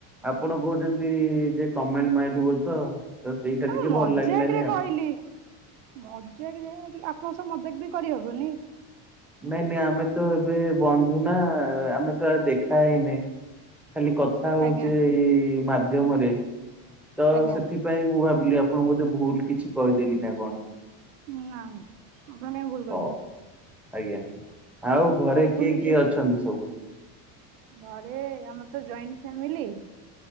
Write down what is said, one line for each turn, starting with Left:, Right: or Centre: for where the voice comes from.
Centre: ଆପଣ କହୁଚନ୍ତି ଯେ କମେଣ୍ଟ ମାଇଲୁ ବୋଲି ତ। ତ ସେଇଟା
Right: ଏ
Centre: ଟିକେ
Right: ମୁଁ ମଜାକରେ
Centre: ଭଲ ଲାଗିଲାନି ଆଉ।
Right: କହିଲି। ମଜାକରେ ଆପଣ ସ ମଜାକ ବି କରିହବନି।
Centre: ନାଇଁ ନାଇଁ ଆମେ ତ ଏବେ ବନ୍ଧୁ ନା ଆମେ ତ ଆ ଦେଖା ହଇନେ। ଖାଲି କଥା ହଉଚେ
Right: ଆଜ୍ଞା
Centre: ଏଇ ମାଧ୍ୟମରେ ତ
Right: ଆଜ୍ଞା।
Centre: ସେଥିପାଇଁ ମୁଁ ଭାବିଲି ଆ ଆପଣ ବୋଧେ ଭୁଲ କିଛି କହିଦେଲି ନା କଣ?
Right: ନା ନା
Centre: ହଉ
Right: <unintelligible>
Centre: ଆଜ୍ଞା ଆଉ ଘରେ
Right: ଭୁଲ
Centre: କିଏ କିଏ
Right: ହେଇ
Centre: ଅଛନ୍ତି ସବୁ।
Right: ଘରେ ଆମର ତ ଜଏଣ୍ଟ ଫ୍ୟାମିଲି।